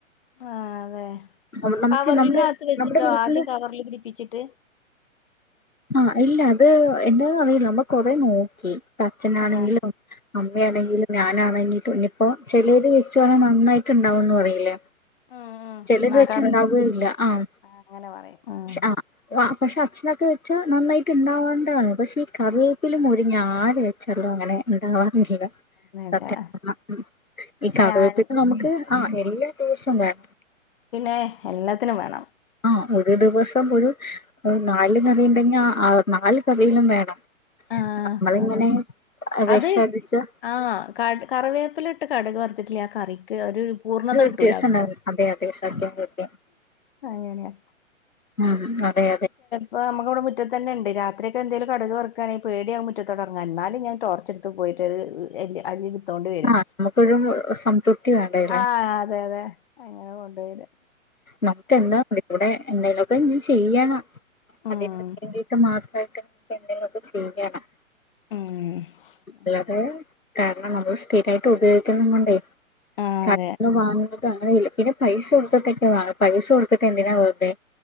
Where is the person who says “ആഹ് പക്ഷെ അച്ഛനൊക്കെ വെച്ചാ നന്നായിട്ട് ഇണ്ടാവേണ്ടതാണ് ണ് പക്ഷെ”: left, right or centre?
Left